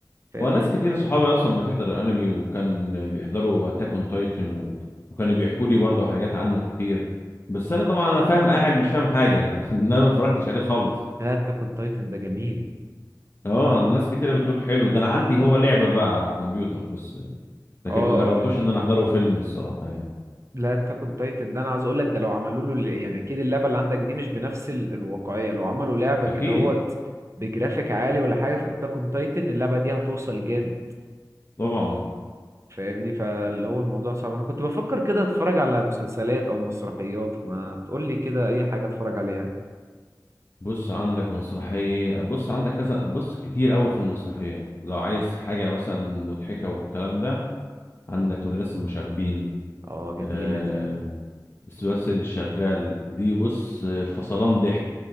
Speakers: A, on the right; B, on the left.
A: فاهمني
B: هو ناس كتير صحابي اصلا بتحضر الانمي وكان بيحضروا اتاك اون تايتن و... وكانوا بيحكوا لي برضه حاجات عنه كتير بس انا طبعا انا فاهم قاعد مش فاهم حاجه <laughs> ان انا ما اتفرجتش عليه خالص
A: هات كنت تايتن ده جميل
B: اه ناس كتيره بتقول حلو ده انا عندي هو لعبه بقى على الكمبيوتر بس لكن
A: اه
B: ما جربتوش
A: اه
B: ان انا احضره فيلم الصراحه يعني
A: لا تكن تايتن ده انا عاوز اقول لك ده لو عملوا له ال- يعني اكيد اللعبه اللي عندك دي مش بنفس ال- الواقعيه لو عملوا لعبه
B: اكيد
A: كده هوت بجرافيك عالي ولا حاجه في اتاكون تايتن اللعبه دي هتوصل جامد
B: طبعا
A: فاهمني فاللي هو الموضوع صعب انا كنت بفكر كده اتفرج على مسلسلات او مسرحيات ما تقول لي كده اي حاجه اتفرج عليها
B: بص عندك مسرحيه بص عندك كذا بص كتير قوي في المسرحيات لو عايز حاجه مثلا مضحكه والكلام ده عندك مدرسه المشاغبين
A: اه جميله
B: آه...
A: دي
B: الواد سيد الشغال دي بص فصلان ضحك